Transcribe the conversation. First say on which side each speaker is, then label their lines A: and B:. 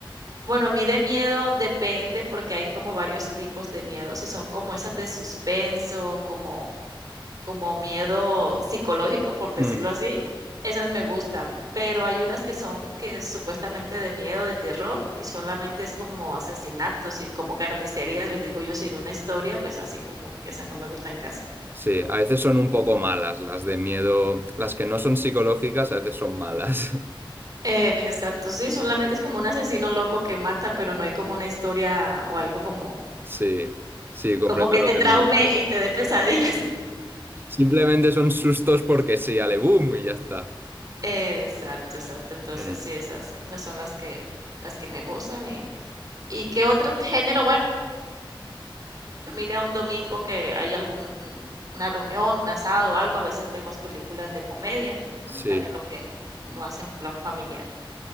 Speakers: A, on the right (about 45°); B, on the right (about 25°).
A: bueno, a mí de miedo depende porque hay como varios tipos de miedo, si son como esas de suspenso, como como miedo psicológico, por decirlo
B: Mm.
A: así, esas me gustan, pero hay unas que son que es supuestamente de miedo, de terror, y solamente es como asesinatos y como carnicerías, les digo yo, sin una historia, pues así como que esas no me gustan casi.
B: Sí, a veces son un poco malas las de miedo. Las que no son psicológicas a veces son malas. <laughs>
A: Eh, exacto, sí, solamente es como un asesino loco que mata, pero no hay como una historia o algo como
B: Sí, sí, comprendo
A: como que
B: lo
A: te
B: que
A: traume
B: me dices.
A: y te dé pesadillas. <laughs>
B: Simplemente son sustos porque sí, ale boom y ya está.
A: Exacto, exacto. Entonces
B: Mm,
A: sí, esas esas son las que las que me gustan y ¿y qué otro género? Bueno familia un domingo que hay algún una reunión, un asado, algo, a veces vemos películas de comedia, es como
B: sí.
A: también lo que uno hace en plan familiar.